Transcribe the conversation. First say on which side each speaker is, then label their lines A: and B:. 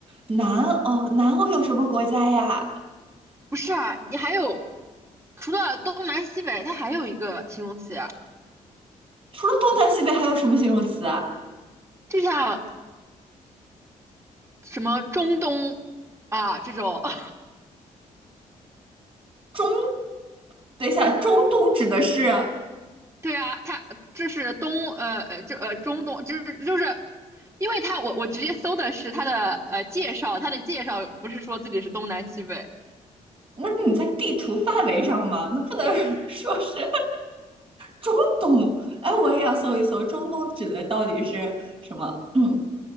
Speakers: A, on the right; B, on the right.
A: 南欧，南欧有什么国家呀？
B: 不是啊，你还有除了东南西北，它还有一个形容词，
A: 除了东南西北还有什么形容词啊？
B: 就像什么中东啊这种，<laughs>
A: 中，等一下，中东指的是
B: 对啊，它就是东呃呃这呃中东，就是就是，因为它我我直接搜的是它的呃介绍，它的介绍不是说自己是东南西北，
A: 那你在地图范围上嘛？那不能 <laughs> 说是中东。哎，我也要搜一搜，中东指的到底是什么？嗯，